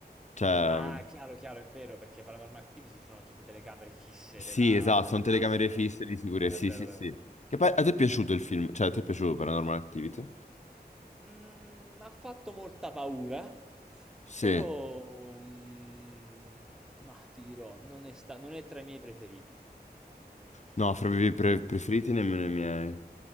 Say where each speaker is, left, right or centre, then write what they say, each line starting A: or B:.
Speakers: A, on the left; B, in the centre.
A: Cioè...
B: ah, chiaro, chiaro, è vero, perché Paranormal Activities sono tipo telecamere fisse
A: Sì,
B: della,
A: esatto,
B: della
A: sono telecamere
B: casa, no?
A: fisse di sicurezza.
B: È
A: Sì,
B: vero,
A: sì,
B: è
A: sì.
B: vero.
A: Che poi a te è piaciuto il film? Cioè, a te è piaciuto Paranormal Activity?
B: Mm, m'ha fatto molta paura,
A: Sì.
B: però mm, ma ti dirò, non è, sta- non è tra i miei preferiti. Mm,
A: No, fra i miei pre- preferiti nemmeno i miei.